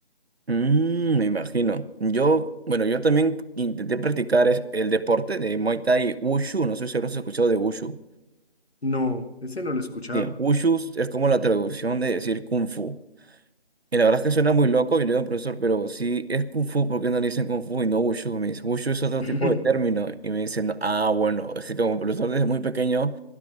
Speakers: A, on the right; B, on the left.
A: Mm, me imagino. Yo, bueno, yo también intenté practicar es- el deporte de Muay Thai Wushu. No sé si habrás escuchado de Wushu.
B: No, ese no lo he escuchado.
A: Bien, Wushu es como la traducción de decir Kung Fu. Y la verdad es que suena muy loco y le digo al profesor, pero si es Kung Fu, ¿por qué no le dicen Kung Fu y no Wushu? Me dice, Wushu es otro
B: <laughs>
A: tipo de término. Y me dicen, ah, bueno, es que como el profesor desde muy pequeño